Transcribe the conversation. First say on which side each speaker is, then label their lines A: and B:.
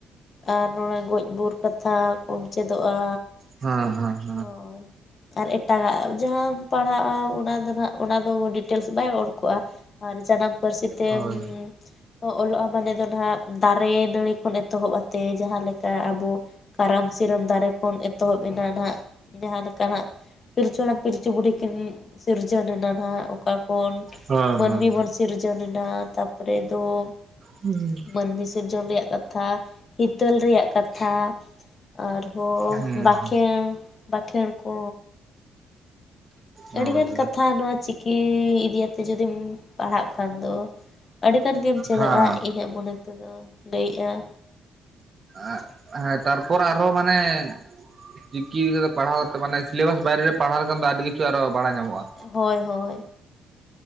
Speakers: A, on the left; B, on the right.
A: ᱟᱨ ᱱᱚᱰᱮ ᱜᱚᱡᱽ ᱵᱩᱨ ᱠᱟᱛᱷᱟ ᱠᱚᱢ ᱪᱮᱫᱚᱜᱼᱟ।
B: ᱦᱮᱸ ᱦᱮᱸ
A: ᱦᱳᱭ ᱟᱨ ᱮᱴᱟᱜᱟᱜ ᱡᱟᱦᱟᱸᱟᱢ ᱯᱟᱲᱦᱟᱜᱼᱟ ᱚᱱᱟ ᱫᱚ ᱱᱟᱦᱟᱜ ᱚᱱᱟ ᱫᱚ ᱵᱤ ᱼᱼ ᱴᱮᱞᱥ ᱵᱟᱭ ᱚᱞᱠᱜᱼᱟ ᱟᱨ ᱡᱟᱱᱟᱢ ᱯᱟᱹᱨᱥᱤ ᱛᱮᱢ
B: ᱦᱮᱸ ᱦᱮᱸ ᱦᱮᱸ ᱦᱳᱭ
A: ᱚ-ᱚᱞᱚᱜᱼᱟ ᱼᱼ ᱢᱟᱱᱮ ᱫᱚ ᱦᱜ ᱫᱟᱨᱮ ᱱᱟᱹᱲᱤ ᱠᱷᱚᱱ ᱮᱛᱚᱦᱚᱵ ᱟᱛᱮᱫ ᱡᱟᱦᱟᱸ ᱞᱮᱠᱟ ᱟᱵᱚ ᱼᱼ ᱠᱟᱨᱟᱢ ᱥᱤᱨᱟᱹᱢ ᱫᱟᱨᱮ ᱠᱷᱚᱱ ᱮᱛᱚᱦᱚᱵ ᱮᱱᱟ ᱱᱦᱟᱜ ᱡᱟᱦᱟᱸ ᱞᱮᱠᱟᱱᱷᱟᱜ ᱯᱤᱞᱪᱩ ᱦᱟᱲᱟᱢ ᱯᱤᱞᱪᱩ ᱵᱩᱦ ᱠᱤᱱ ᱼᱼ ᱥᱤᱨᱡᱚᱱ ᱮᱱᱟ ᱱᱷᱟᱜ ᱚᱠᱟ ᱠᱷᱚᱱ
B: ᱦᱮᱸ ᱦᱮᱸ
A: ᱢᱟᱹᱱᱢᱤ
B: ᱦᱮᱸ
A: ᱵᱚᱱ ᱼᱼ ᱥᱤᱨᱡᱚᱱ ᱮᱱᱟ ᱛᱟᱯᱨᱮ ᱫᱚ ᱼᱼ
B: ᱦᱩᱸ
A: ᱢᱟᱹᱱᱢᱤ ᱥᱤᱨᱡᱚᱱ ᱨᱮᱭᱟᱜ ᱠᱟᱛᱷᱟ ᱦᱤᱛᱟᱹᱞ ᱨᱮᱭᱟᱜ ᱠᱟᱛᱷᱟ ᱟᱨᱦᱚᱸ
B: ᱦᱩᱸ
A: ᱵᱟᱠᱷᱮᱸᱲ ᱵᱟᱠᱷᱮᱸᱬ ᱠᱚ
B: ᱦᱳᱭ
A: ᱟᱹᱰᱤᱜᱟᱱ
B: ᱦᱳᱭ
A: ᱠᱟᱛᱷᱟ ᱱᱚᱣᱟ ᱪᱤᱠᱤ ᱤᱫᱤᱭᱟᱛᱮ ᱡᱩᱫᱤᱢ ᱼᱼ ᱯᱟᱲᱦᱟᱣᱜ ᱠᱷᱟᱱ ᱫᱚ ᱟᱹᱰᱤᱜᱟᱱ ᱜᱮᱢ ᱪᱮᱫᱚᱜᱼᱟ
B: ᱦᱮᱸ
A: ᱤᱧᱟᱹᱜ ᱢᱚᱱᱮ ᱛᱮᱫᱚᱧ ᱞᱟᱹᱭᱮᱜᱼᱟ।
B: ᱟᱷ ᱦᱮᱸ ᱛᱟᱨᱯᱚᱨ ᱟᱨᱦᱚᱸ ᱢᱟᱱᱮ ᱼᱼ ᱪᱤᱠᱤ ᱤᱫᱤ ᱠᱟᱛᱮ ᱯᱟᱲᱦᱟᱣ ᱠᱟᱛᱮ ᱪᱤᱠᱤ ᱠᱚᱫᱚ ᱢᱟᱱᱮ ᱥᱤᱞᱮᱵᱟᱥ ᱵᱟᱨᱮ ᱨᱮ ᱯᱟᱲᱦᱟᱣ ᱞᱮᱠᱷᱟᱱ ᱫᱚ ᱟᱹᱰᱤ ᱠᱤᱪᱷᱩ ᱟᱨᱚ ᱵᱟᱲᱟᱭ ᱧᱟᱢᱚᱜᱼᱟ।
A: ᱦᱳᱭ ᱦᱳᱭ